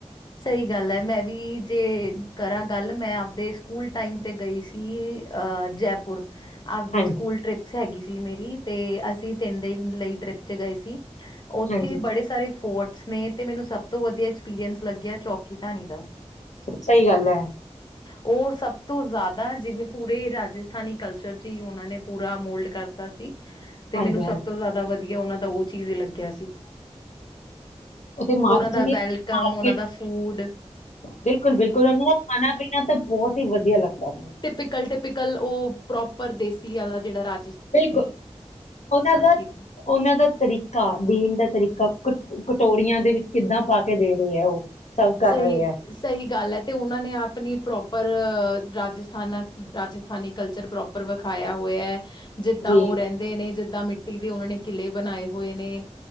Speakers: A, on the left; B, on the left.
A: ਸਹੀ ਗੱਲ ਹੈ ਮੈਂ ਵੀ ਜੇ ਕਰਾਂ ਗੱਲ ਮੈਂ ਆਪਦੇ ਸਕੂਲ ਟਾਈਮ ਤੇ ਗਈ ਸੀ ਅਹ ਜੈਪੁਰ ਆਪਦੇ
B: ਹਾਂਜੀ
A: ਸਕੂਲ ਟ੍ਰਿਪਸ ਹੈਗੀ ਜ ਮੇਰੀ ਤੇ ਅਸੀਂ ਤਿੰਨ ਦਿਨ ਲਈ ਟ੍ਰਿਪ ਚ ਗਏ ਸੀ ਉੱਥੇ
B: ਹਾਂਜੀ
A: ਬੜੇ ਸਾਰੇ ਫੋਰਟਸ ਨੇ ਤੇ ਮੈਨੂੰ ਸਭ ਤੋਂ ਵਧੀਆ ਐਕਸਪੀਰੀਐਂਸ ਲੱਗਿਆ ਚੌਕੀ ਧਣੀ ਦਾ
B: ਸਹੀ ਗੱਲ ਹੈ
A: ਉਹ ਸਭ ਤੋਂ ਜ਼ਿਆਦਾ ਦਾ ਜਿਵੇਂ ਪੂਰੇ ਰਾਜਸਥਾਨੀ ਕਲਚਰ ਚ ਹੀ ਉਹਨਾਂ ਨੇ ਪੂਰਾ ਮੋਲਡ ਕਰਤਾ ਸੀ ਤੇ
B: ਹਾਂਜੀ
A: ਮੈਨੂੰ ਸਭ
B: ਹਾਂਜੀ
A: ਤੋਂ ਜ਼ਿਆਦਾ ਵਧੀਆ ਵਧੀਆ ਉਹਨਾਂ ਦਾ ਉਹ ਚੀਜ਼ ਹੀ ਲੱਗਿਆ ਸੀ
B: ਉੱਥੇ
A: ਉਹਨਾਂ
B: ਮਾ ਉੱਥੋਂ
A: ਦਾ
B: ਦੀ
A: ਵੈਲਕਮ
B: ਮਾਰਕੀਟ
A: ਉਹਨਾਂ ਦਾ ਫੂਡ
B: ਬਿਲਕੁਲ ਬਿਲਕੁਲ ਉਹਨਾਂ ਦਾ ਖਾਨਾ ਪੀਣਾ ਤਾਂ ਬਹੁਤ ਹੀ ਵਧੀਆ ਲੱਗਦੈ
A: ਟਿਪੀਕਲ ਟਿਪੀਕਲ ਉਹ ਪ੍ਰੋਪਰ ਦੇਸੀ ਆਲਾ ਜਿਹੜਾ ਰਾਜ
B: ਬਿਲਕੁਲ ਉਹਨਾਂ ਦਾ
A: ਕੀਤਾ।
B: ਉਹਨਾਂ ਦਾ ਤਰੀਕਾ ਦੇਣ ਦਾ ਤਰੀਕਾ ਕੁਛ ਕਟੋਰੀਆਂ ਦੇ ਵਿੱਚ ਕਿੱਦਾਂ ਪਾ ਕੇ ਦੇ ਰਹੇ ਹੈ ਉਹ ਸਰਵ ਕਰ
A: ਸਹੀ
B: ਰਹੇ ਆ
A: ਸਹੀ ਗੱਲ ਹੈ ਤੇ ਉਹਨਾਂ ਨੇ ਆਪਣੀ ਪ੍ਰੋਪਰ ਰਾਜਸਥਾਨਾਂ ਰਾਜਸਥਾਨੀ ਕਲਚਰ ਪ੍ਰੋਪਰ ਵਿਖਾਇਆ ਹੋਇਐ ਜਿੱਦਾਂ
B: ਜੀ
A: ਉਹ ਰਹਿੰਦੇ ਨੇ ਜਿੱਦਾਂ ਦਾਂ ਮਿੱਟੀ ਦੇ ਉਹਨਾਂ ਨੇ ਕਿਲੇ ਬਣਾਏ ਹੋਏ ਨੇ